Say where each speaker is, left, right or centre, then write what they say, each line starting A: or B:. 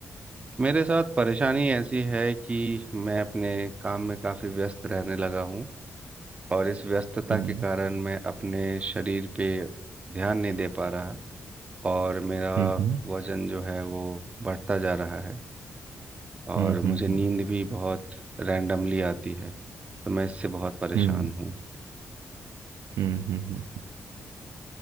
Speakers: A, on the right; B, on the right.
A: मेरे साथ परेशानी ऐसी है कि मैं अपने काम में काफ़ी व्यस्त रहने लगा हूँ और इस व्यस्तता
B: हुँ,
A: के कारण मैं अपने शरीर पे ध्यान नहीं दे पा रहा और मेरा
B: हुँ, हुँ।
A: वजन जो है वो बढ़ता जा रहा है और
B: हुँ,
A: मुझे
B: हुँ, हुँ।
A: नींद भी बहुत रैंडमली आती है तो मैं इससे बहुत परेशान
B: हुँ,
A: हूँ
B: हुँ, हुँ, हुँ।